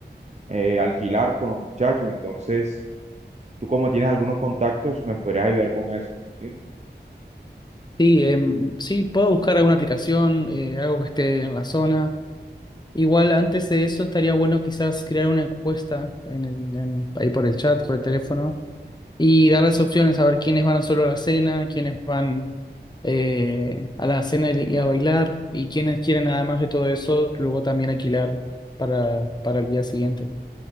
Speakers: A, on the right (about 40°); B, on the left (about 25°).
A: eh, alquilar con los muchachos, entonces tú como tienes algunos contactos, me podrías ayudar con eso, ¿sí?
B: Sí, em, sí, puedo buscar alguna aplicación, eh, algo que esté en la zona. Igual antes de eso estaría bueno quizás crear una encuesta en el, en- ahí por el chat, por el teléfono, y darles opciones a ver quiénes van solo a la cena, quiénes van eh, a la cena y y a bailar, y quiénes quieren, además de todo eso, luego también alquilar para, para el día siguiente.